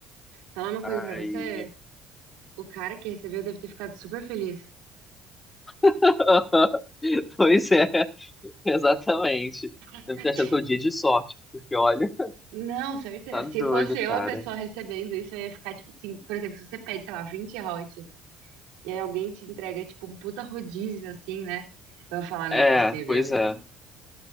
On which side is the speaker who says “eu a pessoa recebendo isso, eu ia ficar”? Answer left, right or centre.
Right